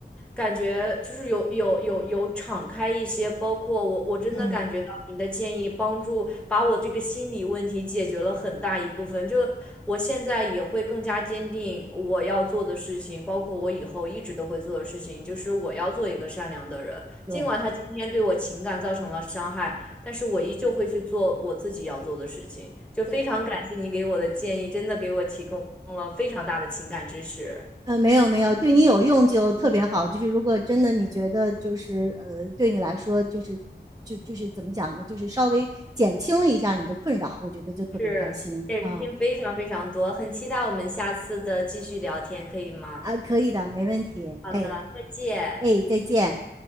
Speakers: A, in the centre; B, on the right.
A: 感觉，就是有有有有敞开一些，包括我我真的感觉到你的建议帮助把我这个心理问题解决了很大一部分，
B: 嗯，
A: 就我现在也会更加坚定我要做的事情，包括我以后一直都会做的事情，就是我要做一个善良的人，
B: 对
A: 尽管他今天对我情感造成了伤害。但是我依旧会去做我自己要做的事情。就非常感谢你给我的建议，
B: 对。
A: 真的给我提供了非常大的情感支持，
B: 呃，没有没有，对你有用就特别好。就是如果真的你觉得就是呃，对你来说就是就就是怎么讲呢？就是稍微减轻了一下你的困扰，我觉得就特别开心啊
A: 是减轻非常非常多。很期待我们下次的继续聊天，可以吗？
B: 啊，可以的，没问题。
A: 好的，
B: 哎
A: 再见。
B: 哎，再见。